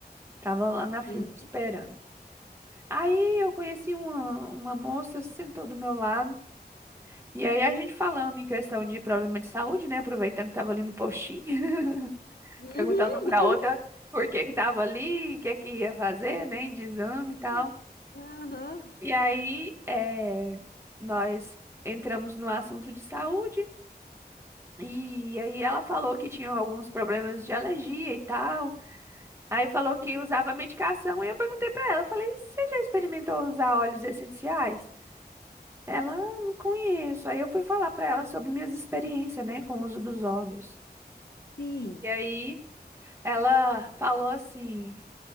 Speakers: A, on the right; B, on the left.
A: Tava lá na fila
B: Hum.
A: esperando. Aí eu conheci uma, uma moça, sentou do meu lado. E aí a gente falando em questão de problema de saúde, né? Aproveitando que tava ali no postinho, <laughs>
B: Uhum.
A: perguntando uma pra outra por que que tava ali, o que que ia fazer, né? De exame e tal.
B: <laughs> Aham,
A: E aí é, nós entramos no assunto de saúde. E aí ela falou que tinha alguns problemas de alergia e tal. Aí falou que usava medicação. E eu perguntei pra ela, eu falei, você já experimentou usar óleos essenciais? Ela, "Ah, não conheço. Aí eu fui falar pra ela sobre minhas experiências, né, com o uso dos óleos.
B: sim.
A: E aí ela falou assim,